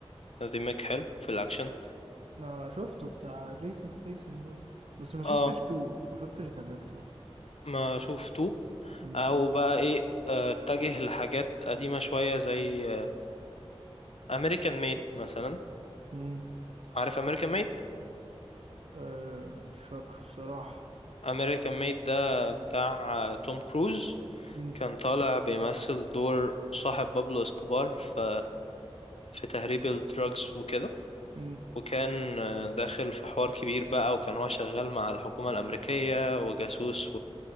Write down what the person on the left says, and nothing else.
ديمج حلو في الاكشن
اه
ما شفته
او بقى ايه آه، اتجه لحاجات قديمه شويه زي امريكان ميد مثلا
عارف امريكان ميد
امريكان ميد ده بتاع آه، توم كروز
كان طالع بيمثل دور صاحب بابلو اسكوبار في في تهريب الدراجز وكده
وكان آه، داخل في حوار كبير بقى وكان هو شغال مع الحكومة الأمريكية وجاسوس